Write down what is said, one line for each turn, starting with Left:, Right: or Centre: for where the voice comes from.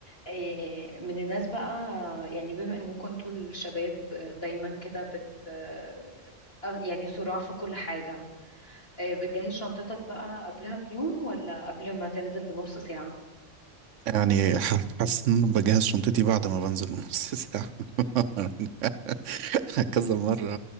Left: إيه، من الناس بقى يعني بما انكم انتوا الشباب دايما كده بت آه، آه، يعني صراع في كل حاجة إيه، بتجهز شنطتك بقى قبلها بيوم ولا قبل ما تنزل بنص ساعة؟
Right: يعني ح- حاسس ان انا بجهز شنطتي بعد ما بنزل من نص ساعة <laughs> كذا مرة